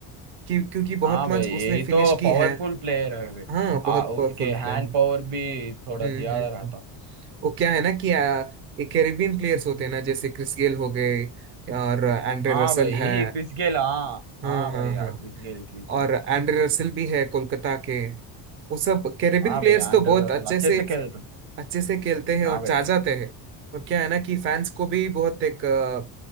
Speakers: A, on the right; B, on the right.
A: क्यों क्योंकि
B: हाँ
A: बहुत मैच
B: भाई यही
A: उसने फिनिश
B: तो
A: की
B: पावरफुल
A: है
B: प्लेयर है भाई
A: हाँ बहुत
B: आ उसके
A: पावरफुल
B: हैंड
A: प्लेयर है
B: पावर भी थोड़ा
A: हम्म
B: ज्यादा
A: हम्म हम्म।
B: रहता
A: वो क्या है ना कि आ, ये कैरेबियन प्लेयर्स होते हैं ना जैसे क्रिस गेल हो गए और एंड्रे
B: हाँ
A: रसल
B: भाई यही
A: है
B: क्रिस गेल हाँ
A: हाँ
B: हाँ
A: हाँ
B: भाई हाँ
A: हाँ
B: क्रिस गेल क्रिस
A: और
B: गेल
A: एंड्रे रसल भी है कोलकाता के वो सब कैरेबियन
B: हाँ
A: प्लेयर्स
B: भाई एंड्रे
A: तो बहुत
B: रसल
A: अच्छे
B: अच्छे
A: से
B: से खेलता
A: अच्छे से खेलते हैं
B: हाँ
A: और
B: भाई
A: चाह जाते हैं और क्या है ना कि फैंस को भी बहुत एक अ,